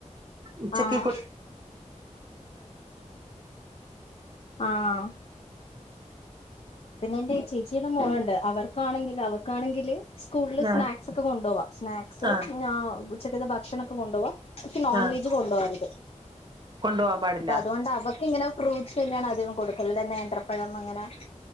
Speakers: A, on the right; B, on the left.
A: ഉച്ചക്ക്
B: ആഹ്
A: കു
B: ആഹ് പിന്നെ എന്റീ ചേച്ചിടെ മോളുണ്ട് അവർക്കാണെങ്കില് അവൾക്കാണെങ്കില്. സ്കൂളില്
A: ആഹ്
B: സ്നാക്സൊക്കെ കൊണ്ടാവാം സ്നാക്സ്
A: ആഹ്
B: ഞാ ഉച്ചക്കത്തെ ഭക്ഷണൊക്കെ കൊണ്ടോവാം ക് നോൺ
A: ആഹ്
B: വെജ് കൊണ്ടോവാറ്ത്
A: കൊണ്ടു പോവാൻ പാടില്ല
B: അപ്പൊ അത്കൊണ്ട് അവ ഇങ്ങനെ ഫ്രൂട്ട്സ്ന്നേണ് അധികം കൊടുക്കല് ലേ നേന്ത്രപ്പഴം അങ്ങനെ.